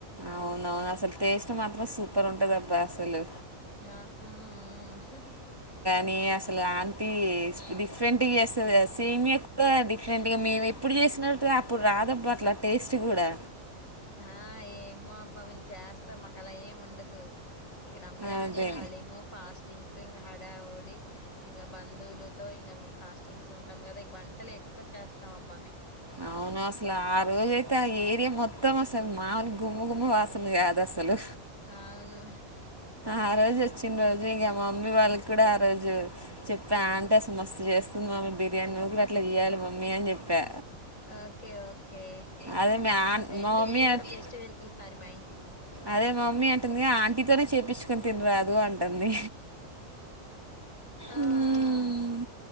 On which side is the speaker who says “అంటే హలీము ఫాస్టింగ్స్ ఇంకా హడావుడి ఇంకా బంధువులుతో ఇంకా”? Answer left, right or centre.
Left